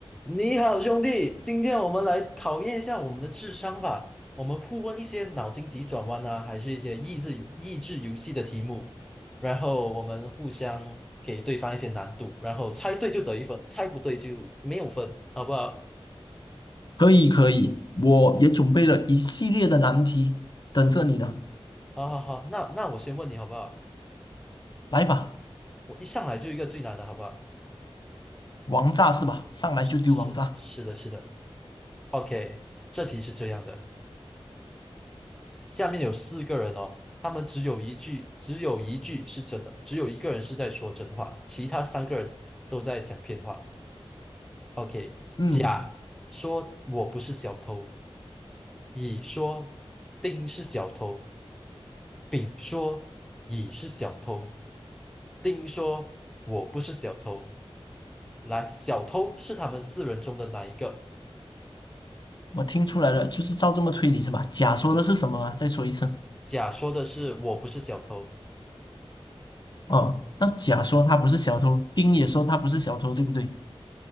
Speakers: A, in the centre; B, on the left (about 45°).
A: 你好，兄弟，今天我们来考验一下我们的智商吧。我们互问一些脑筋急转弯啊，还是一些益智游益智游戏的题目，然后我们互相给对方一些难度，然后猜对就得一分，猜不对就没有分，好不好？
B: 可以可以，我也准备了一系列的难题，等着你呢。
A: 好好好，那那我先问你好不好？
B: 来吧，
A: 我一上来就一个最难的，好不好？
B: 王炸是吧？上来就丢王炸。
A: 是是的，是的，是的。OK，这题是这样的。下面有四个人哦，他们只有一句，只有一句是真的，只有一个人是在说真话，其他三个人都在讲骗话。OK，
B: 嗯，
A: 甲说我不是小偷，乙说丁是小偷，丙说乙是小偷，丁说我不是小偷。来，小偷是他们四人中的哪一个？
B: 我听出来了，就是照这么推理是吧？甲说的是什么啊？再说一次。
A: 甲说的是我不是小偷，
B: 哦，那甲说他不是小偷，丁也说他不是小偷，对不对？